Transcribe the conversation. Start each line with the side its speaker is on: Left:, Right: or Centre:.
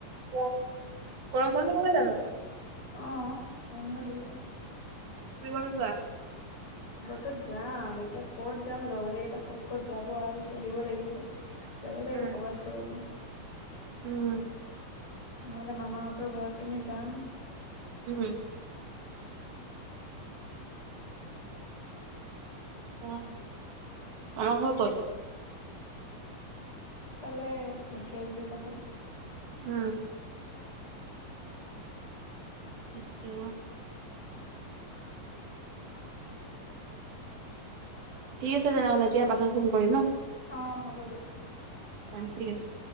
Right: গৰম বন্ধ নহয় জানো
Left: অ গৰম বন্ধ দিলে
Right: ফুৰিবলে যোৱা <unintelligible>
Left: ত যাম এতিয়া ক'ত যাম লগতে কেইটা ক'ত ক'ত যাব আৰু সুধিব লাগিব। যাব লাগিব
Right: উম
Left: কৰ'বাত ফুৰিব।
Right: উম
Left: নহলে মামাহঁতৰও ঘৰ পিনে যাম।
Right: উম অ মামা ঘৰ ক'ত?
Left: ইফালে ঢেকীয়াজুলি ফালে
Right: উ
Left: <inaudible>
Right: আচ্ছা
Left: <inaudible>
Right: ঠিক আছে তেনেহ'লে দিয়া পাছত ফোন কৰিম ন
Left: অ' হ'ব দিয়া।
Right: অ ঠিক আছে।